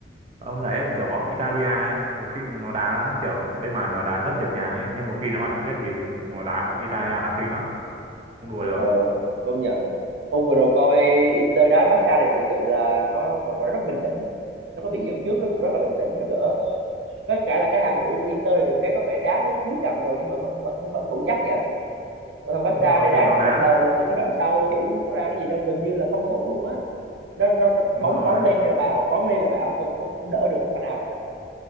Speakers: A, on the right; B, on the right.
A: ông thấy kiểu bọn Italia ấy một khi nó đá kiểu bên ngoài nó đá rất nhịp nhàng ấy nhưng một khi nó vào chung kết thì chúng nó đá bọn Italia đá kinh lắm không đùa được
B: ờ công nhận Hôm vừa rồi coi Inter đá Barca này thực sự là nó một quả nó rất bình tĩnh nó có bị dẫn trước nó cũng rất là bình tĩnh nó gỡ với cả là cái hàng thủ của Inter này được cái có vẻ đá tới cuối trận rồi nhưng mà vẫn vẫn vẫn thủ chắc nha còn thằng Barca
A: đúng rồi
B: này đá
A: thì nó
B: nó cái
A: đá
B: đoạn đầu tới cái đoạn sau thủ nó có ra cái gì đâu gần như là không thủ luôn á nó, nó, nó
A: đúng
B: bóng
A: rồi
B: bóng lên như là vào bóng lên là vào <laughs> thôi không không đỡ được quả nào cả